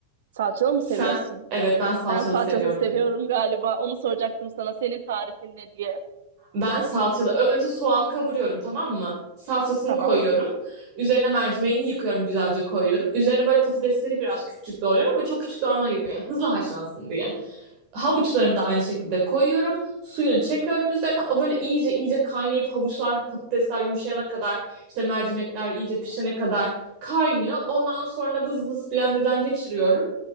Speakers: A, on the right (about 60°); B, on the right (about 45°).
A: Salçalı mı seviyorsun?
B: Sen? Evet ben salçalı
A: Ben salçasız
B: seviyorum.
A: seviyorum galiba. Onu soracaktım sana. Senin tarifin ne diye.
B: Ben salçalı. Önce soğanı kavuruyorum tamam mı? Salçasını
A: Tamam.
B: koyuyorum. Üzerine mercimeğini yıkıyorum güzelce koyuyorum. Üzerine böyle patatesleri biraz küçük doğruyorum ama çok küçük doğramana gerek yok. Yani hızlı haşlansın diye. Havuçlarını da aynı şekilde koyuyorum. Suyunu çekiyorum üzerine. O böyle iyice iyice kaynayıp havuçlar, patatesler yumuşayana kadar, işte mercimekler iyice pişene kadar kaynıyor. Ondan sonra bız bız blenderdan geçiriyorum.